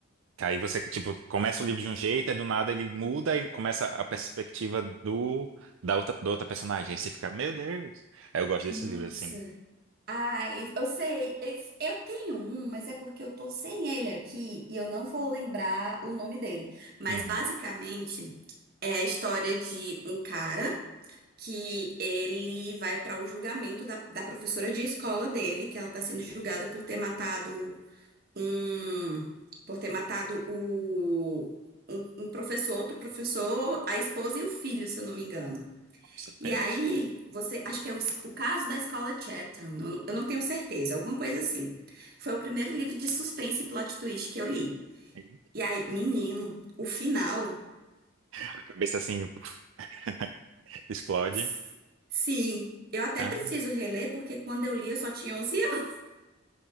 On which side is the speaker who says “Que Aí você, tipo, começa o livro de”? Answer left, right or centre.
Right